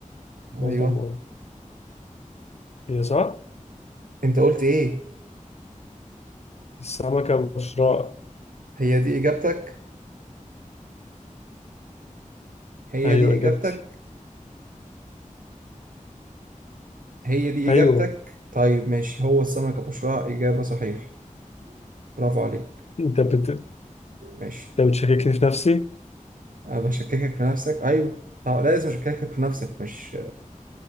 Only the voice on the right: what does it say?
ايوه
انت قلت ايه
هي دي اجابتك هي
دي اجابتك
هي دي
اجابتك طيب ماشي هو السمك ابو شراع اجابة صحيحة برافو عليك
ماشي
أنا بشككك في نفسك ايوه طب لازم اشككك في نفسك مش